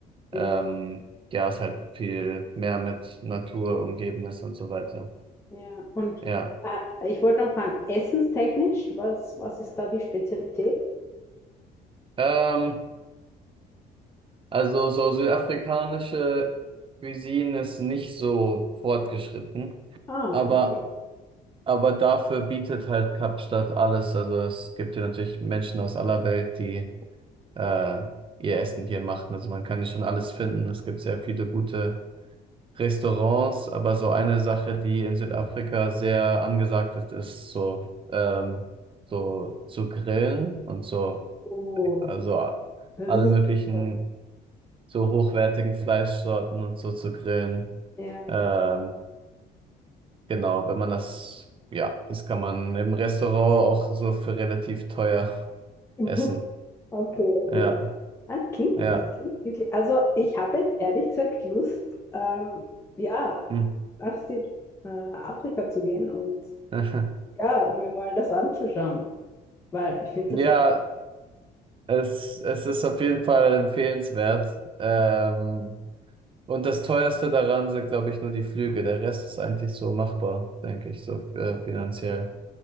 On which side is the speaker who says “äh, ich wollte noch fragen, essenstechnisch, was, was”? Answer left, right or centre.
Left